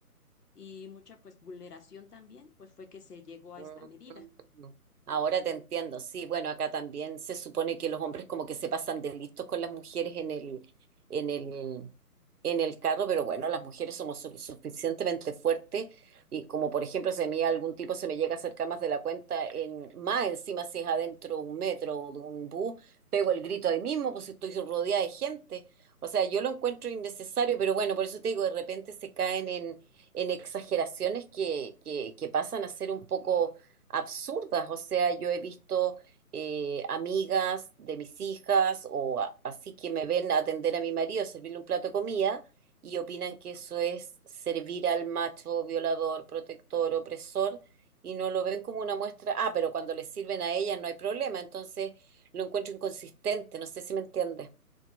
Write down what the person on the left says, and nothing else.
y mucha pues vulneración también, pues fue que se llegó a
esta medida.